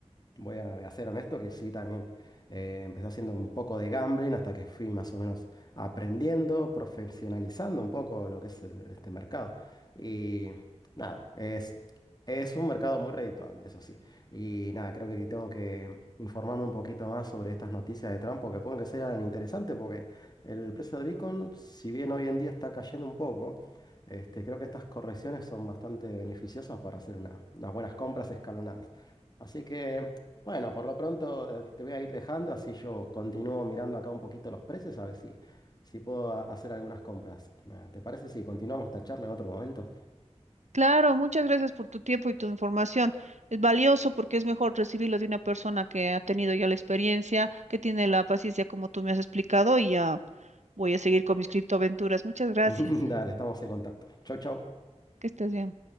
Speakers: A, on the left; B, on the right.
A: Voy a, voy a ser honesto que sí, también. eh, empecé haciendo un poco de gambling hasta que fui más o menos aprendiendo, profesionalizando un poco lo que es el- este mercado. Y nada, es, es un mercado muy redituable, eso sí. Y nada, creo que tengo que informarme un poquito más sobre estas noticias de Trump, porque pueden que sean interesantes, porque el precio de Bitcoin, si bien hoy en día está cayendo un poco, este, creo que estas correcciones son bastante beneficiosas para hacer una- unas buenas compras escalonadas. Así que bueno, por lo pronto eh, te voy a ir dejando, así yo continúo mirando acá un poquito los precios, a ver si, si puedo a- hacer algunas compras. Eh, ¿Te parece si continuamos esta charla en otro momento?
B: Claro, muchas gracias por tu tiempo y tu información. Es valioso porque es mejor recibirlo de una persona que ha tenido ya la experiencia, que tiene la paciencia como tú me has explicado y ya voy a seguir con mis criptoaventuras. Muchas gracias.
A: <laughs> Dale, estamos en contacto. Chau, chau.
B: Que estés bien.